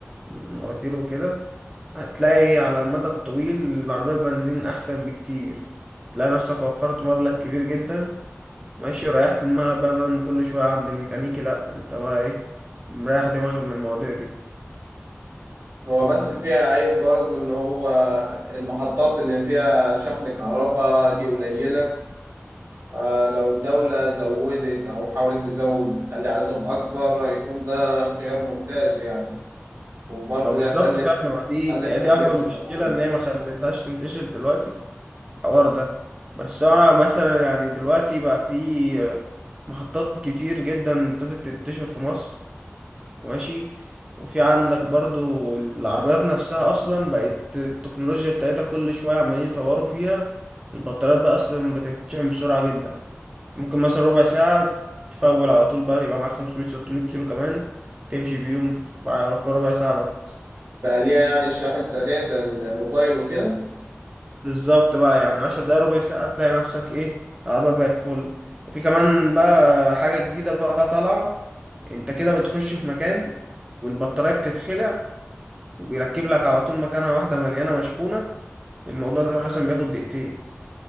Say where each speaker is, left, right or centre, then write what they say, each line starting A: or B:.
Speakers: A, on the right; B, on the right.
A: المواتير وكده هتلاقي على المدى الطويل العربية بنزين أحسن بكتير تلاقي نفسك وفرت مبلغ كبير جدا ماشي وريحت دماغك بقى بدل ما كل شوية عند الميكانيكي لأ أنت بقى إيه مريح دماغك من المواضيع دي
B: هو بس فيها عيب برضه إن هو المحطات اللي فيها شحن كهرباء دي قليلة فلو الدولة زودت أو حاولت تزود تخلي عددهم أكبر هيكون ده خيار ممتاز يعني وبرضه
A: هو بالظبط
B: دي هتقلل
A: فعلا هو دي
B: ألف
A: يعني
B: تكلفة
A: دي أكبر مشكلة
B: الوقود
A: إن هي ما خلتهاش تنتشر دلوقتي الحوار ده بس أنا مثلا يعني دلوقتي بقى في محطات كتير جدا ابتدت تنتشر في مصر ماشي وفي عندك برضو العربيات نفسها اصلا بقت التكنولوجيا بتاعتها كل شوية عمالين يطوروا فيها البطاريات بقى اصلا بتتشحن بسرعة جدا ممكن مثلا ربع ساعة تفول على طول بقى يبقى معاك 500 600 كيلو كمان تمشي بيهم في في ربع ساعة بس
B: بقى ليها يعني شاحن سريع زي الموبايل وكده
A: بالظبط بقى يعني 10 دقايق ربع ساعة تلاقي نفسك ايه العربية بقت فل وفي كمان بقى حاجة جديدة بقى طالعة انت كده بتخش في مكان والبطارية بتتخلع وبيركب لك على طول مكانها واحدة مليانة مشحونة الموضوع ده مثلا بياخد دقيقتين